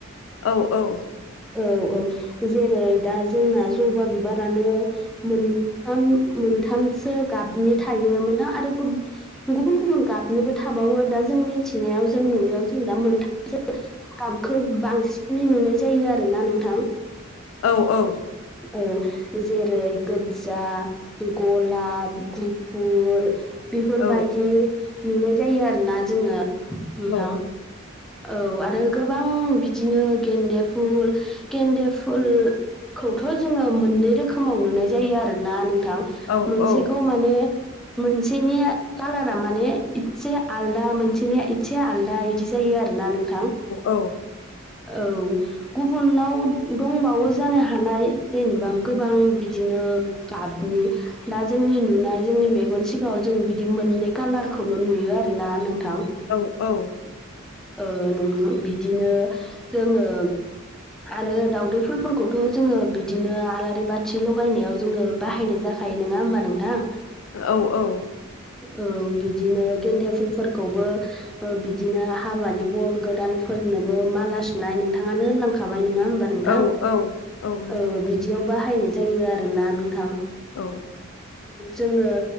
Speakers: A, on the left (about 70°); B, in the centre.
A: औ औ
B: औ औ जेरै दा जोंना जबा बिबारानो मोनथाम मोनथामसो गाबनि थायोमोना आरो गुब गुबुन गुबुन गाबनिबो थाबावो दा जों मिथिनायाव जों नुनायाव जों दा मोनथामसो गाबखौ बांसिनै नुनाय जायो आरोना नोंथां।
A: औ औ
B: औ जेरै गोदजा गलाप, गुफुर बेफोरबायदि
A: औ
B: नुनाय जायो आरोना जोङो नोंथां।
A: औ
B: औ आरो गोबां बिदिनो गेन्दे फुल गेन्दे फुल खौथ' जोङो मोननै रोखोमाव नुनाय जायो आरोना नोंथां
A: औ
B: मोनसेखौ
A: औ
B: माने मोनसेनिया कालारा माने इसे आलदा मोनसेनिया इसे आलदा इदि जा जायो आरोना नों थां
A: औ
B: औ गुबुनाव दंबावो जानो हा हानाय जेनेबा गोबां बिदिनो गाबनि दा जोंनि नुनाय जोंनि मेगन सिगाङाव जों बिदिनो मोननै कालारखौल' नुयो आरोना नोंथां।
A: औ औ
B: ओ नों बिदिनो जोङो आरो दावउदै फुलफोर थ' जोङो बिदिनो आलारि बाथि लगायनायाव जोङो बाहायनाय जाखायो नङा होमबा नोंथां?
A: औ औ
B: औ बिदिनो गेन्दे फुलफोरखौबो बिदिनो हाबानि बर गोदानफोरनोबो माला सुनाय नोंथाङानो होनलांखाबाय नोङा होमबा नोंथां
A: औ औ औ नंगौ
B: ओ बिदियाव बाहायनाय जायो आरोना नोंथां।
A: औ
B: औ जोङो